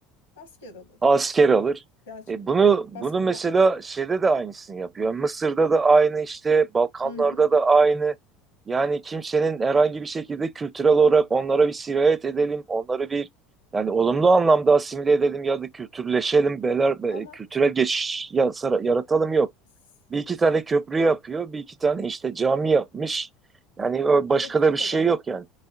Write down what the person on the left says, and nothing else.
Maskeralı.
Gerçi.
Basketbol.
Hı hı.
Ama
s-
tam
gerektiği
kadar.